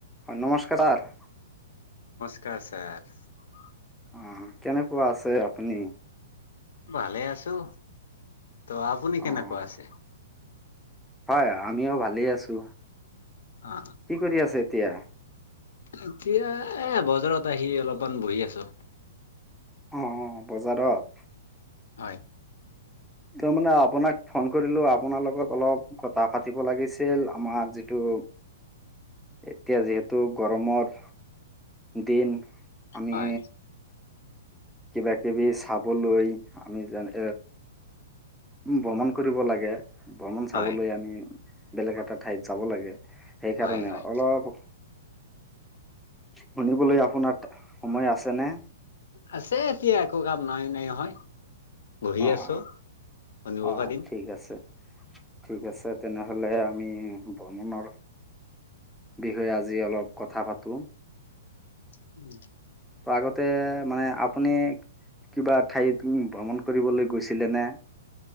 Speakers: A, in the centre; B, on the left.
A: অ', নমস্কাৰ।
B: <inaudible>
A: অ', কেনেকুৱা আছে আপুনি।
B: ভালে আছো, ত' আপুনি কেনেকুৱা
A: অঁ
B: আছে?
A: হয়, আমিও ভালেই আছো।
B: অ
A: কি কৰি আছে এতিয়া?
B: এতিয়া এ বজাৰত আহি অলপমান বহি আছো।
A: অ', বজাৰত।
B: হয়।
A: ত' মানে আপোনাক ফোন কৰিলো। আপোনাৰ লগত অলপ কথা পাতিব লাগিছিল আমাৰ যিটো এতিয়া যিহেতু গৰমৰ দিন। আমি
B: হয়
A: কিবা কিবি চাবলৈ আমি <unintelligible> উম, ভ্ৰমণ কৰিব লাগে ভ্ৰমণ চাবলৈ
B: হয়
A: আনি বেলেগ এটা ঠাইত যাব লাগে। সেইকাৰণে
B: হয় হয়
A: অলপ, শুনিবলৈ আপোনাক সময় আছেনে।
B: আছে এতিয়া একো কাম নই নাই অহয়। বহি
A: অঁ
B: আছোঁ, শুনিব
A: অঁ
B: পাৰিম।
A: ঠিক আছে ঠিক আছে তেনেহ'লে আমি ভ্ৰমণৰ, বিষয়ে আজি অলপ কথা পাতোঁ।
B: <inaudible>
A: আগতে মানে আপুনি, কিবা ঠাইত ভ্ৰমণ কৰিবলৈ গৈছিলেনে।